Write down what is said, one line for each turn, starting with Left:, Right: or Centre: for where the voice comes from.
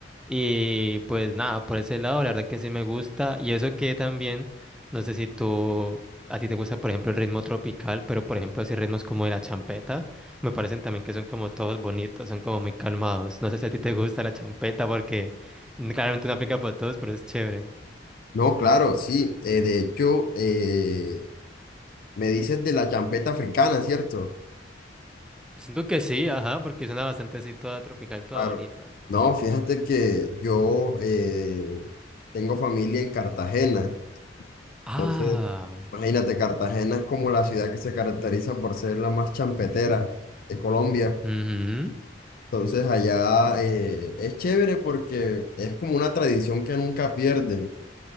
Centre: Y pues nada, por ese lado, la verdad que sí me gusta. Y eso que también, no sé si tú, a ti te gusta, por ejemplo, el ritmo tropical, pero por ejemplo, así ritmos como de la champeta, me parecen también que son como todos bonitos, son como muy calmados. No sé si a ti te gusta la champeta porque mm, claramente no aplica para todos, pero es chévere.
Left: No, claro, sí. eh, de hecho, eh, me dices de la champeta africana, ¿cierto?
Centre: Siento que sí, ajá, porque suena bastante así toda tropical, toda
Left: Claro.
Centre: bonita.
Left: No, fíjate que yo eh, tengo familia en Cartagena.
Centre: Ah,
Left: Entonces, Imagínate, Cartagena es como la ciudad que se caracteriza por ser la más champetera de Colombia.
Centre: ujú.
Left: Entonces allá eh, es chévere porque es como una tradición que nunca pierden.